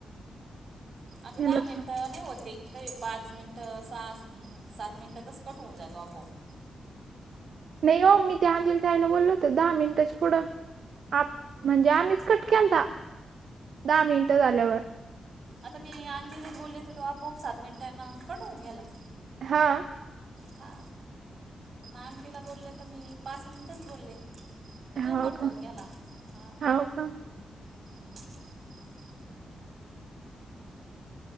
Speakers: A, on the right (about 50°); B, on the right (about 65°).
A: अग
B: म्हणलं
A: दहा
B: थांब
A: मिनटे नाही होते कही पाच पाच मिनटं स सात मिनिटातच कट होऊन जातो आपोआप.
B: नाही हो मी ते अंजलीताईला बोललं होते दहा मिनिटाच्या पुढं आप म्हणजे आम्हीच कट केलता, दहा मिनिट झाल्यावर.
A: आता मी अंजलीला बोलले तर तो आपआप सात मिनिटान कट होऊन गेला.
B: हा.
A: हा, मग आणंटीला बोलले तर मी पाच मिनिटच बोलले.
B: हा
A: तो कट होऊन
B: का
A: गेला हां
B: होव का!
A: <unintelligible>